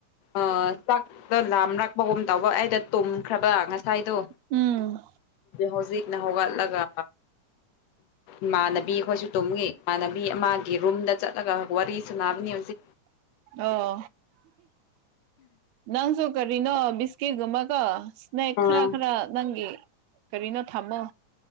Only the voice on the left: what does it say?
ꯑ ꯆꯥꯛꯇꯣ ꯂꯥꯝꯔꯛꯄꯒꯨꯝ ꯇꯧꯕ ꯑꯩꯗ ꯇꯨꯝꯈ꯭ꯔꯕ ꯉꯁꯥꯏꯗꯣ
ꯍꯧꯖꯤꯛꯅ ꯍꯧꯒꯂꯒ ꯏꯃꯥꯟꯅꯕꯤ ꯑꯩꯈꯣꯏꯁꯨ ꯇꯨꯝꯉ ꯏꯃꯥꯟꯅꯕꯤ ꯑꯃꯒꯤ ꯔꯨꯝꯗ ꯆꯠꯂꯒ ꯋꯥꯔꯤ ꯆꯨꯅꯥꯕꯅꯤ ꯍꯧꯖꯤ
ꯑꯥ